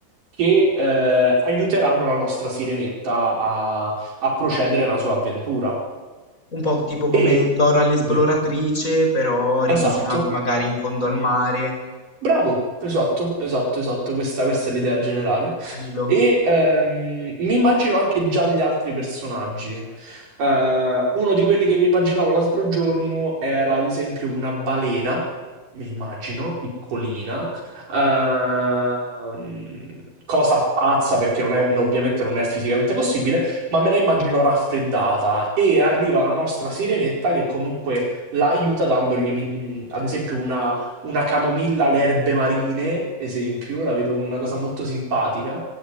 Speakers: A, on the right (about 60°); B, on the left (about 20°).
A: che eh, aiuteranno la nostra sirenetta a, a procedere nella sua avventura.
B: un po' tipo come
A: E
B: Dora l'esploratrice,
A: dimmi,
B: però revisionato
A: esatto.
B: magari in fondo al mare?
A: Bravo, esatto, esatto, esatto, questa, questa è l'idea generale.
B: Bello,
A: E ehm, mi immagino anche già gli altri personaggi. Eh, uno di quelli che mi immaginavo l'altro giorno era ad esempio una balena, mi immagino, piccolina, ehm, cosa pazza perché non è- ovviamente non è fisicamente possibile, ma me la immagino raffreddata e arriva la nostra sirenetta che comunque la aiuta dandogli, mm, ad esempio, una una camomilla alle erbe marine, esempio, la vedo come una cosa molto simpatica.